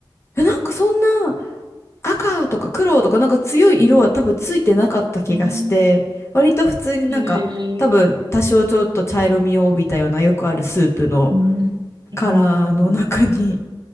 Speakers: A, on the left; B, on the right.
A: えなんかそんな赤とか黒とかなんか強い色は多分ついてなかった気がして割と普通になんか多分多少ちょっと茶色みを帯びたようなよくあるスープの
B: うんへえーうん。うんうんう
A: カラーの中に